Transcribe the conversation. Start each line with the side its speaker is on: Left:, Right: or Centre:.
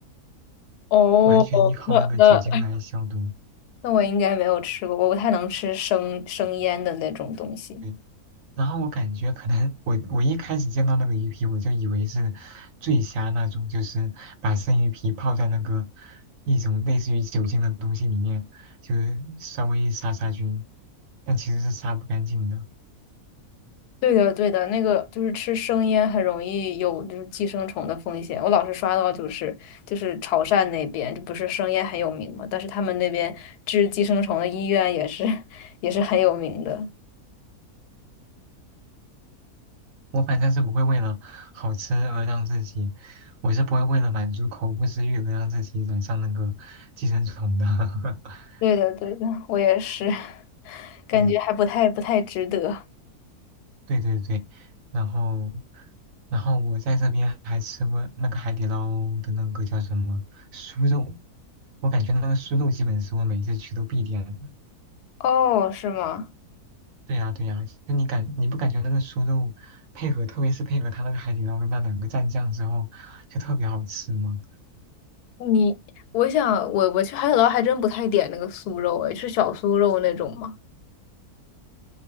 Left: 哦，
Right: 完全依靠那个酒精来消毒。
Left: 那那那我应该没有吃过，我不太能吃生生腌的那种东西。
Right: 对然后我感觉可能我我一开始见到那个鱼皮，我就以为是醉虾那种，就是把生鱼皮泡在那个一种类似于酒精的东西里面，就是稍微杀杀菌，但其实是杀不干净的。
Left: 对的，对的，那个就是吃生腌很容易有就是寄生虫的风险。我老是刷到就是就是潮汕那边，不是生腌很有名嘛，但是他们那边治寄生虫的医院也是 <laughs> 也是很有名的。
Right: 我反正是不会为了好吃而让自己，我是不会为了满足口腹之欲而让自己染上那个寄生虫的。<laughs>
Left: 对的，对的，我也是，<laughs> 感觉还不太不太值得。
Right: 嗯。对对对，然后，然后我在这边还吃过那个海底捞的那个叫什么酥肉，我感觉那个酥肉基本是我每次去都必点的。
Left: 哦，是吗？
Right: 对呀对呀，就你感你不感觉那个酥肉配合，特别是配合它那个海底捞的那两个蘸酱之后，就特别好吃吗？
Left: 你，我想我我去海底捞还真不太点那个酥肉，哎，是小酥肉那种吗？